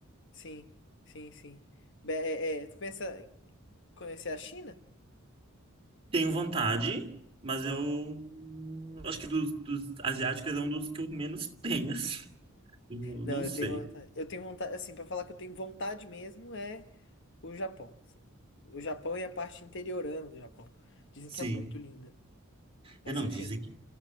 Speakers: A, on the left (about 60°); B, on the right (about 25°).
A: Sim, sim, sim. Be- É, é, tu pensa em conhecer a China?
B: Tenho vontade, mas
A: Aham.
B: eu acho que dos, dos asiáticos é um dos que eu menos <laughs> tenho, assim. Eu
A: Não,
B: não
A: eu
B: sei.
A: tenho vontade. Eu tenho vontade, assim, pra falar que eu tenho vontade mesmo é o Japão. assim. O Japão e a parte interiorana do Japão. Dizem
B: Sim.
A: que é muito linda. Mas
B: É, não,
A: enfim,
B: dizem que